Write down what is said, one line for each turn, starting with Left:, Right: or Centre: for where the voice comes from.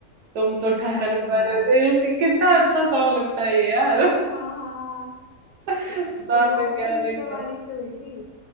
Right: तुम तो
Left: हम्म
Right: ठहर परदेसी कितना अच्छा सॉन्ग लगता है ये यार
Left: हाँ हाँ
Right: <laughs>
Left: हाँ। शुरुआत
Right: साथ क्या
Left: तो इसी
Right: निभा
Left: कवाली से हुई थी